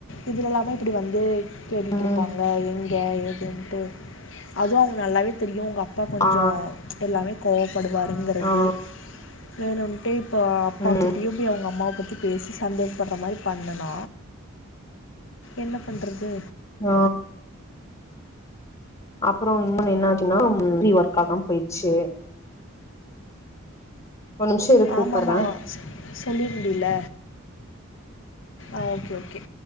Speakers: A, on the left; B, on the left.
A: இதுல எல்லாமே இப்டி வந்து கேள்வி
B: ம்
A: கேப்பாங்க எங்கே எதுன்ட்டு அதுவு அவுங்க நல்லாவே தெரியும் உங்க அப் பா கொஞ்சம்
B: ஆ
A: எல்லாமே கோம் படுவாங்கறது
B: ஆ
A: வேற அப்டேட் இப்ப அப்பா
B: ம்
A: கிட்டயும் போய் அவுங்க அம்மாவ பத்தி பேசி சந்தேகப்படற மாரி பண்ணல என்ன பண்றது
B: ஆ அப்புற இன்னு என்ன ஆச்சின்னா ம் வீ ஒர்க் ஆகாம போயிச்சு நிமிஷ இரு கூப்பட்றே
A: ஆமா ஆமா சொல்லிருந்தல்ல ஆ ஓகே ஓகே